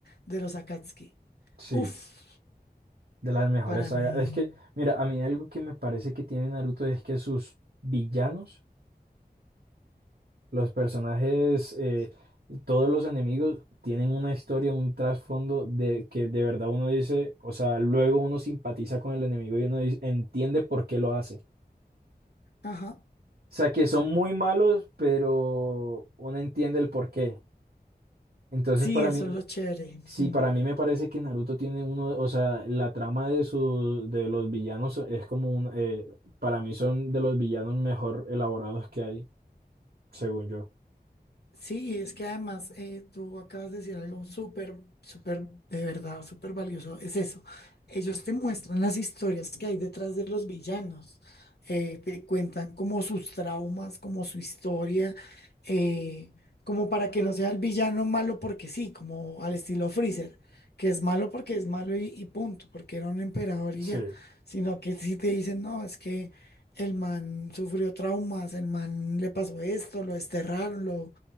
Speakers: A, on the left; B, on the right.
A: de los Akatsuki.
B: sí,
A: Uf,
B: de las mejores
A: para
B: sagas,
A: mí,
B: es que, mira, a mí algo que me parece que tiene Naruto es que sus villanos, los personajes, eh, todos los enemigos tienen una historia, un trasfondo de que de verdad uno dice, o sea, luego uno simpatiza con el enemigo y uno dice- entiende por qué lo hace.
A: ajá,
B: sea, que son muy malos, pero uno entiende el porqué. Entonces,
A: sí,
B: para
A: eso
B: mí,
A: es lo chévere.
B: sí,
A: mm.
B: para mí me parece que Naruto tiene uno, o sea, la trama de su, de los villanos es como un, eh, para mí son de los villanos mejor elaborados que hay, según yo.
A: Sí, y es que además eh, tú acabas de decir algo súper, súper, de verdad, súper valioso. Es eso. Ellos te muestran las historias que hay detrás de los villanos. Eh, te cuentan como sus traumas, como su historia, eh, como para que no sea el villano malo porque sí, como al estilo Freezer, que es malo porque es malo y, y punto, porque era un emperador
B: Sí,
A: y ya. Sino que si te dicen, no, es que el man sufrió traumas, el man le pasó esto, lo desterraron, lo